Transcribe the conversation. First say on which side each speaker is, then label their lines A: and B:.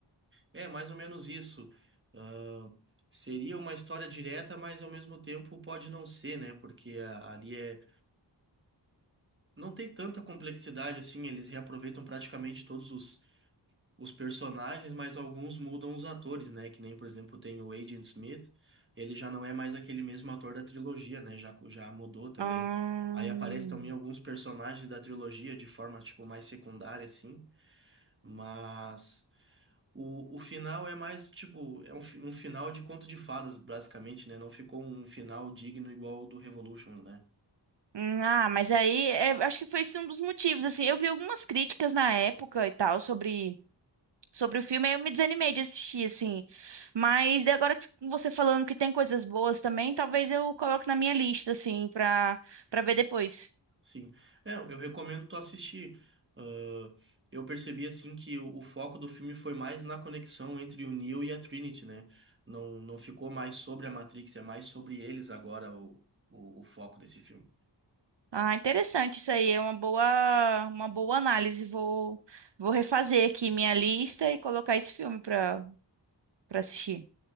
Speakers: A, on the right; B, on the right.
A: É mais ou menos isso. Ah, seria uma história direta, mas ao mesmo tempo pode não ser, né? Porque a- ali é. Não tem tanta complexidade assim, eles reaproveitam praticamente todos os. os personagens, mas alguns mudam os atores, né? Que nem, por exemplo, tem o Agent Smith, ele já não é mais aquele mesmo ator da trilogia, né? Já, já mudou também.
B: Ahn,
A: Aí aparece também alguns personagens da trilogia de forma, tipo, mais secundária, assim, mas o, o final é mais, tipo, é um, fi- um final de conto de fadas, basicamente, né? Não ficou um final digno igual ao do Revolution, né?
B: hum, Ah, mas aí é, acho que foi esse um dos motivos, assim, eu vi algumas críticas na época e tal sobre sobre o filme, aí eu me desanimei de assistir, assim. Mas daí agora com você falando que tem coisas boas também, talvez eu coloque na minha lista, assim, pra, pra ver depois.
A: Sim. É, eu recomendo tu assistir. Ah, eu percebi assim que o, o foco do filme foi mais na conexão entre o Neo e a Trinity, né? Não, não ficou mais sobre a Matrix, é mais sobre eles agora o, o, o foco desse filme.
B: Ah, interessante isso aí, é uma boa, uma boa análise. Vou, vou refazer aqui minha lista e colocar esse filme pra, pra assistir.